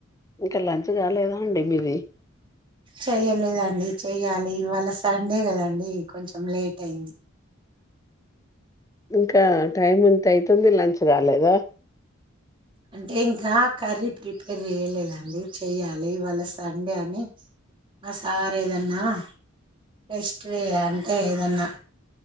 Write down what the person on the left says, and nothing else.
ఇంకా లంచ్ గాలేదా అండి మీది.? !
ఇంకా టైమ్ ఎంత అయితుంది లంచ్ గాలేదా.?